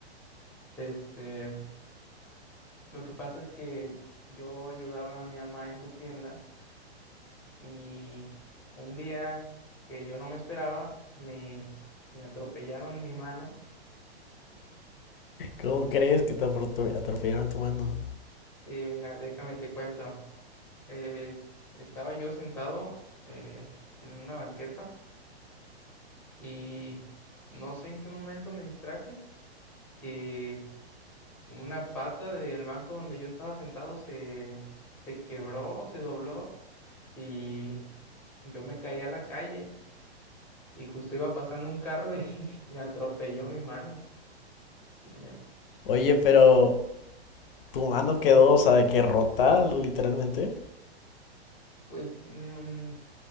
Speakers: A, in the centre; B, on the left.
A: Este, lo que pasa es que yo ayudaba a mi mamá en su tienda y un día que yo no me esperaba, me, me atropellaron mi mano
B: ¿Cómo crees que te aprotu- atropellaron tu mano?
A: Sí, mira, déjame te cuento. Eh, estaba yo sentado eh, en una banqueta y no sé en qué momento me distraje que una pata del banco donde yo estaba sentado se, se quebró, se dobló y yo me caí a la calle y justo iba pasando un carro <laughs> y me atropelló mi mano. Sí, me,
B: Oye, pero tu mano quedó, o sea, de que rota, literalmente.
A: Pues mm,